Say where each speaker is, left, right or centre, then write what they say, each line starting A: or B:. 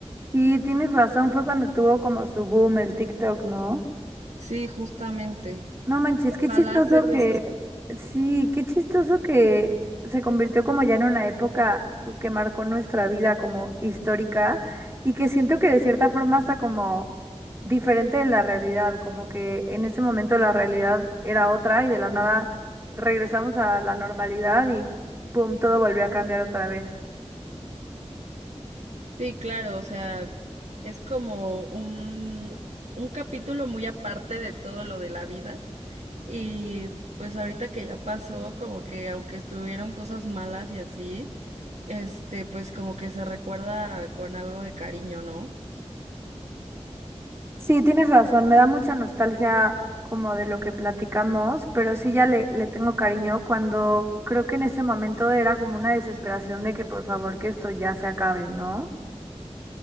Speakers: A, on the right (about 25°); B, on the right (about 80°).
A: Y tienes razón, fue cuando tuvo como su boom el TikTok, ¿no?
B: Sí, justamente.
A: No manches,
B: Ojalá
A: qué chistoso
B: ser de
A: que,
B: esos.
A: sí, qué chistoso que se convirtió como ya en una época pues que marcó nuestra vida como histórica y que siento que de cierta forma está como diferente de la realidad, como que en ese momento la realidad era otra y de la nada regresamos a la normalidad y pum, todo volvió a cambiar otra vez.
B: Sí, claro, o sea, es como un, un capítulo muy aparte de todo lo de la vida. Y pues ahorita que ya pasó, como que aunque estuvieron cosas malas y así, este, pues como que se recuerda con algo de cariño, ¿no?
A: Sí, tienes razón, me da mucha nostalgia como de lo que platicamos, pero sí ya le, le tengo cariño cuando creo que en ese momento era como una desesperación de que por favor que esto ya se acabe, ¿no?